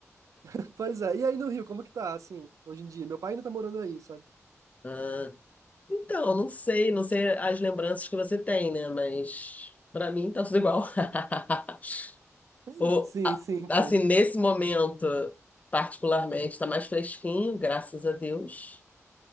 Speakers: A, on the right; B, on the left.
A: <laughs> Pois é. E aí no Rio, como que tá, assim, hoje em dia? Meu pai ainda tá morando aí, sabe?
B: Ah, então, não sei, não sei as lembranças que você tem, né? Mas pra mim tá tudo igual. <laughs>
A: <laughs>
B: O,
A: Sim,
B: a-
A: sim, entendo.
B: assim, nesse momento, particularmente, está mais fresquinho, graças a Deus.